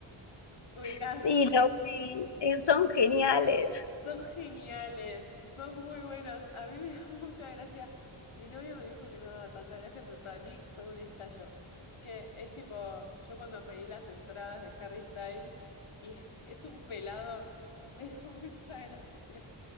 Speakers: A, on the left (about 90°); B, on the left (about 60°).
A: ubicás.
B: Sí, lo vi. eh, Son geniales.
A: Son geniales, son muy buenos. A mí me da <laughs> mucha gracia. Mi novia me dijo que no daba tanta gracia, pero para mí fue un estallo. Que es tipo, yo cuando pedí las entradas de Harry Styles y <laughs> es un pelado, <laughs> me dio mucha gracia.